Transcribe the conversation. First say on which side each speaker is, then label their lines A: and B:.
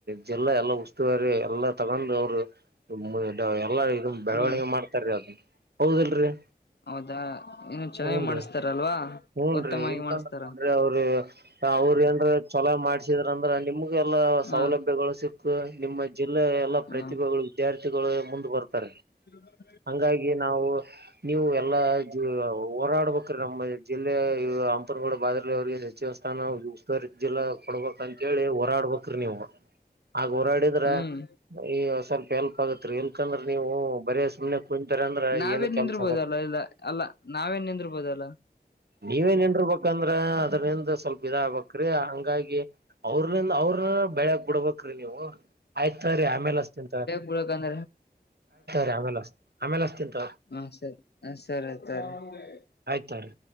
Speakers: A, on the right (about 80°); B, on the left (about 90°).
A: ಜಿಲ್ಲಾ ಎಲ್ಲಾ ಉಸ್ತುವಾರಿ ಎಲ್ಲಾ ತಗೊಂಡ್ ಅವ್ರು <unintelligible> ಎಲ್ಲ ಇದು ಬೆಳವಣಿಗೆ
B: ಹ್ಮ್
A: ಮಾಡ್ತಾರೀ ಅದು ಹೌದಲ್ರೀ.
B: ಹೌದಾ ಇನ್ನು ಚೆನ್ನಾಗಿ
A: ಹ್ನ್
B: ಮಾಡಿಸತಾರಲ್ವಾ
A: ರೀ ಹ್ಞನ್
B: ಉತ್ತಮವಾಗಿ
A: ರೀ ಇಲ್ಕ
B: ಮಾಡಿಸ್ತಾರ
A: <unintelligible> ಅವ್ರಿ ಅವ್ರ್ ಏನ್ರಿ ಚಲೋ ಮಾಡ್ಸಿದ್ರ ಅಂದ್ರ ನಿಮ್ಗೆ ಎಲ್ಲ
B: ಹಾ
A: ಸೌಲಭ್ಯಗಳು ಸಿಕ್ಕು ನಿಮ್ಮ ಜಿಲ್ಲೆ ಎಲ್ಲಾ ಪ್ರತಿಭೆಗಳು
B: ಹ
A: ವಿದ್ಯಾರ್ಥಿಗಳು ಮುಂದೆ ಬರ್ತಾರೆ.
B: ಹ್ಮ
A: ಹಂಗಾಗಿ ನಾವು ನೀವು ಎಲ್ಲಾ ಹೋರಾಡ್ಬೇಕ್ರೀ ನಮ್ಮ ಜಿಲ್ಲೆಯ ಹಂಪನಗೋಡ ಬಾದ್ರಲ ಅವ್ರ ಏನ್ ಸಚಿವ ಸ್ಥಾನ ಜಿಲ್ಲ ಕೊಡ್ಬೇಕ್ ಅಂತ ಹೇಳಿ ಹೋರಾಡ್ಬೇಕ್ರಿ ನೀವು ಹಾಗ್ ಹೋರಾಡಿದ್ರ
B: ಹ್ಮ್
A: ಈಗ ಸ್ವಲ್ಪ ಹೆಲ್ಪ್ ಆಗತ್ರಿ ಎನ್ಕಂದ್ರೆ ನೀವು ಬರೇ ಸುಮ್ನೆ ಕುಂತರ ಅಂದ್ರ
B: ನಾವೇ
A: ಏನ್ ಕೆಲ್ಸ
B: ನಿಂದ್ರ್ಬೋದಲ್ಲ
A: ಆಗಲ್
B: ಇಲ್ಲ ಅಲ್ಲ ನಾವೇ ನಿಂದ್ರ್ಬೋದಲ್ಲ.
A: ನೀವೇನ್ರ ಅದರಿಂದ ಸ್ವಲ್ಪ ಇದಾಗಬೇಕ್ರಿ ಹಂಗಾಗಿ ಅವ್ರ ನಿಂದ ಅವ್ರ ಬೆಳಕ್ ಬಿಡ್ಬೇಕ್ರೀ ನೀವು ಆಯ್ತಾವ್ರೀ ಆಮೇಲೆ ಅಷ್ಟ ತಿಂತ್ರೀ
B: ಗುಳಕಂದ
A: ರೀ ಆಮೇ ಆಮೇಲೆ ಅಸ್ತಿಂತ
B: ಹಾ ಸರಿ ಹ ಸರಿ ಸರಿ
A: ಆಯ್ತ ರೀ